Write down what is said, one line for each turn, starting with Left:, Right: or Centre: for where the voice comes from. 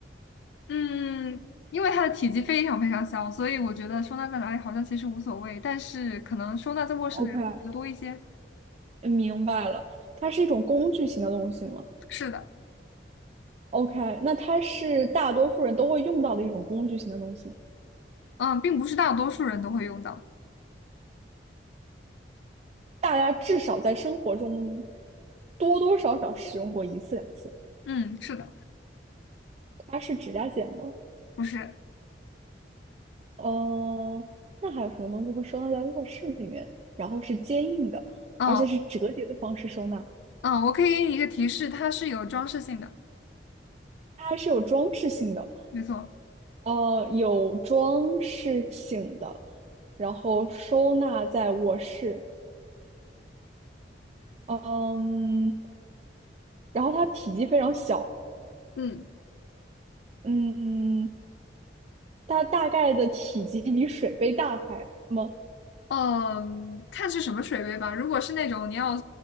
Left: 嗯，因为它的体积非常非常小，所以我觉得收纳在哪里好像其实无所谓，但是可能收纳在卧室的人会比较多一些。
Right: OK，明白了，它是一种工具型的东西吗
Left: 是的，
Right: ？OK，那它是大多数人都会用到的一种工具型的东西吗
Left: 嗯，并不是大多数人都会用到。
Right: 大家至少在生活中多多少少使用过一次两次。
Left: 嗯，是的，
Right: 它是指甲剪吗？
Left: 不是。
Right: 呃，那还有什么东西会收纳在卧室里面，然后是坚硬的，
Left: 嗯
Right: 而且是折叠的方式收纳？
Left: 嗯，我可以给你一个提示，它是有装饰性的，
Right: 它是有装饰性的，
Left: 没错。
Right: 呃，有装饰性的，然后收纳在卧室，嗯，然后它体积非常小，
Left: 嗯。
Right: 嗯，它大概的体积比水杯大还吗？
Left: 嗯，看是什么水杯吧。如果是那种你要